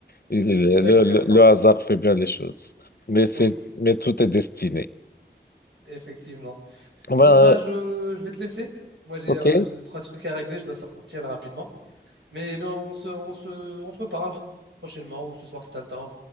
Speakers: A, on the left (about 55°); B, on the right (about 85°).
A: Le,
B: Exactement.
A: le- le hasard fait bien les choses. Mais c'est,
B: Oui,
A: mais tout est destiné.
B: effectivement.
A: Ben,
B: Bon, ben je, je vais te laisser. Moi, j'ai
A: ok,
B: euh, j'ai deux, trois trucs à régler, je dois sortir là rapidement. Mais, mais on se, on se, on se reparle prochainement ou ce soir si t'as le temps.